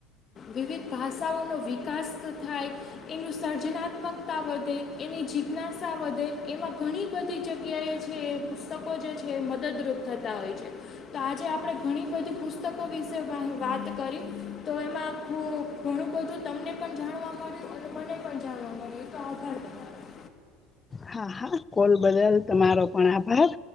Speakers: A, on the left; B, on the left.
A: વિવિધ ભાષાઓનો વિકાસ થાય એનું સર્જનાત્મકતા વધે એની જિજ્ઞાસા વધે એમાં ઘણી બધી જગ્યાએ છે એ પુસ્તકો જે છે એ મદદરૂપ થતા હોય છે, તો આજે આપણે ઘણી બધી પુસ્તકો વિશે વાત કરી તો એમાં આખું ઘણું બધું તમને પણ જાણવા મળ્યું અને મને પણ જાણવા મળ્યું તો આભાર તમારો
B: હા હા કોલ બદલ તમારો પણ આભાર